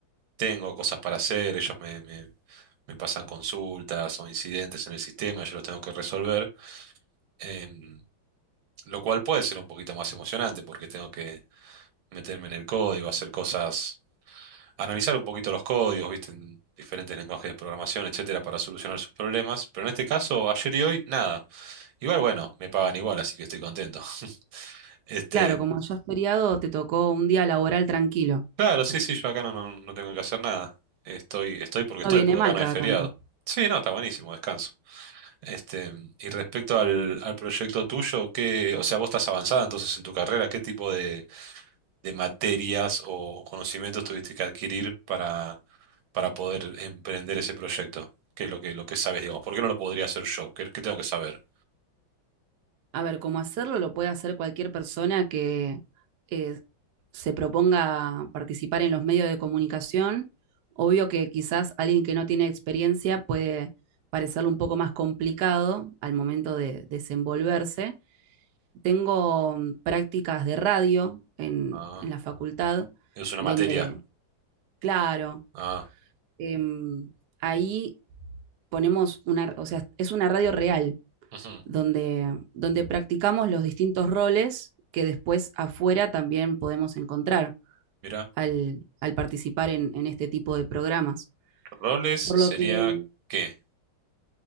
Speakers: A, on the right; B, on the right.
A: tengo cosas para hacer, ellos me, me- me pasan consultas o incidentes en el sistema, yo los tengo que resolver. Em, lo cual puede ser un poquito más emocionante porque tengo que meterme en el código, hacer cosas, analizar un poquito los códigos, viste, en diferentes lenguajes de programación, etcétera, para solucionar sus problemas. Pero en este caso, ayer y hoy, nada. Igual, bueno, me pagan igual, así que estoy contento. <laughs> Este.
B: claro, como allá es feriado, te tocó un día laboral tranquilo.
A: Claro, sí, sí, yo acá no, no, no tengo que hacer nada. Estoy, estoy porque
B: No
A: estoy,
B: viene
A: porque
B: mal
A: acá no
B: cada
A: es feriado.
B: tanto.
A: Sí, no, está buenísimo, descanso. Este, y respecto al, al proyecto tuyo, ¿qué, o sea, vos estás avanzada entonces en tu carrera, ¿qué tipo de, de materias o conocimientos tuviste que adquirir para, para poder emprender ese proyecto? ¿Qué es lo que, lo que sabes, digamos? ¿Por qué no lo podría hacer yo? ¿Qué, qué tengo que saber?
B: A ver, cómo hacerlo lo puede hacer cualquier persona que eh, se proponga participar en los medios de comunicación. Obvio que quizás alguien que no tiene experiencia puede parecerle un poco más complicado al momento de desenvolverse. Tengo mm, prácticas de radio en,
A: Ah,
B: en la facultad,
A: es una
B: donde,
A: materia.
B: claro,
A: Ah,
B: em, ahí ponemos una, o sea, es una radio real
A: ujú.
B: donde, donde practicamos los distintos roles que después afuera también podemos encontrar
A: Mira,
B: al, al participar en, en este tipo de programas.
A: roles sería
B: Por lo que,
A: ¿qué?